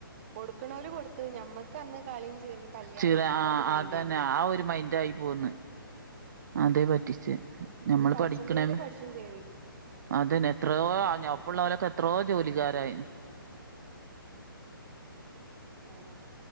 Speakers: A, on the right (about 30°); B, on the right (about 50°).
A: കൊടുക്ക്ണോല് കൊട്ത്ത് ഞമ്മക്കന്ന് കളീം ചിറിം കല്യാണം
B: ചിറ ആഹ്
A: ആ ഒരു മൈൻഡേനി
B: അതന്നെ ആ ഒര് മൈൻഡായി പോന്ന് അതെ പറ്റിച്ച് ഞമ്മള്
A: അന്ന് പഠിച്ചണ്ടിയോല്
B: പഠിക്ക്ണെമെ
A: പഠിച്ചും ചെയ്ത്
B: അതെന്നെ എത്രോ ഒപ്പള്ളോലൊക്കെ എത്രോ ജോലിക്കാരായ്ന്
A: അതെന്നെ